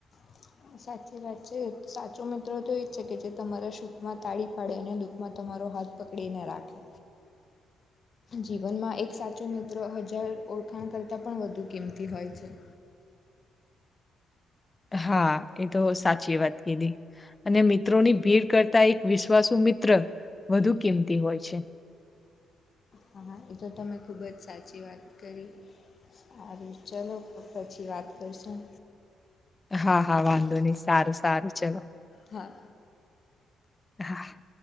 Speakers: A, on the left; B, on the left.
A: <inaudible> સાચી વાત છે સાચો મિત્રો તો એ જ છે કે જે તમારા સુખમાં તાળી પાડે અને દુઃખમાં તમારો હાથ પકડીને રાખે જીવનમાં એક સાચો મિત્ર હજાર ઓળખાણ કરતાં પણ વધુ કિંમતી હોય છે
B: હા એ તો સાચી વાત કીધી અને મિત્રોની ભીડ કરતા એક વિશ્વાસુ મિત્ર વધુ કિંમતી હોય છે
A: હા એ તો તમે ખુબ જ સાચી વાત કરી અ ચલો પછી વાત કરશું
B: હા હા વાંધો નહી સારું સારું ચલો
A: હા
B: હા